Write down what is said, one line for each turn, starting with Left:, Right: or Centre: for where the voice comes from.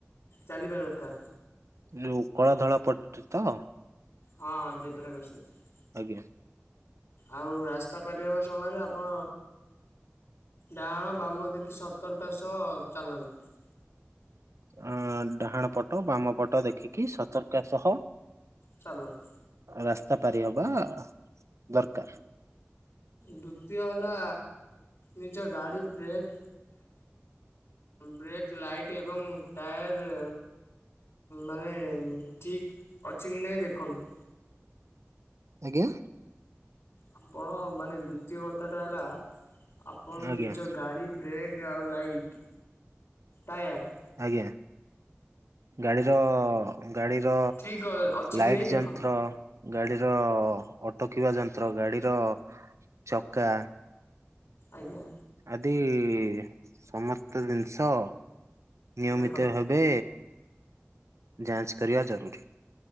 Left: ଚାଲିବା ଦରକାର।
Right: ଯୋଉ କଳା ଧଳା ପଟ ତ?
Left: ହଁଁ ଯେବ୍ରା କ୍ରସିଙ୍ଗ।
Right: ଆଜ୍ଞା
Left: ଆଉ ରାସ୍ତା ପାରି ହେବା ସମୟରେ ଆପଣ ଡାହାଣ ବାମ ଦେଖି ସତ ତରକା ସହ ଚାଲନ୍ତୁ ।
Right: ଅ ଡାହାଣ ପଟ ବାମ ପଟ ଦେଖିକି ସତର୍କ ସହ
Left: ଚାଲନ୍ତୁ
Right: ରା <inaudible> ତା ପାରି ହବା ଦରକାର ।
Left: ଦୂତୀୟ ହେଲା ନିଜ ଗାଡ଼ି ବ୍ରେକ୍ ବ୍ରେକ୍ ଲାଇଟ୍ ଏବଂ ଟାୟାର ମାନେ। ଠିକ୍ ଅଛି କି ନାହିଁ ଦେଖନ୍ତୁ?
Right: ଆଜ୍ଞା।
Left: ଆପଣ ମାନେ ଦ୍ଵିତୀୟ କଥା ଟା ହେଲା। ଆପଣ
Right: ଆଜ୍ଞା
Left: ନିଜ ଗାଡ଼ି ବ୍ରେକ୍ ଆଉ ଲାଇଟ୍ ଟାୟାର।
Right: ଆଜ୍ଞା ଗାଡିର ଗାଡିର
Left: ଠିକ୍ ଅଛି
Right: ଲାଇଟ
Left: କି ନାଇଁ ଦେଖନ୍ତୁ।
Right: ଯନ୍ତ୍ର। ଗାଡିର। ଅଟକିବା ଯନ୍ତ୍ର ଗାଡ଼ିର। ଚକା।
Left: ଆଜ୍ଞା।
Right: ଆଜିି ସମସ୍ତ ଜିନିଷ। ନିୟମିତ
Left: ଦେଖନ୍ତୁ
Right: ହେବେ। ଯାଞ୍ଚ କରଆ ଜରୁର।